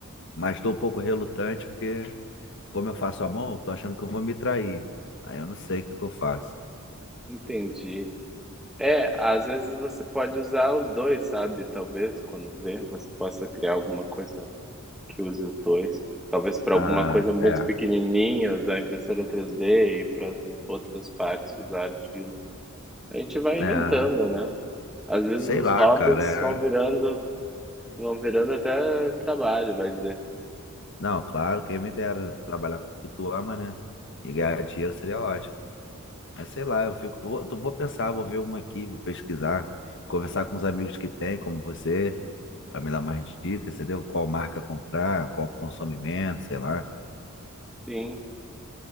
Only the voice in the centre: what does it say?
Entendi. É, às vezes você pode usar os dois, sabe? Talvez quando vê, você possa criar alguma coisa que use os dois. Talvez para
alguma coisa muito
pequenininha usar a impressora 3D e para as outras partes usar argila. A gente vai
inventando, né? Às vezes
os
hobbies
vão virando,
vão virando até trabalho, vai dizer.
Sim.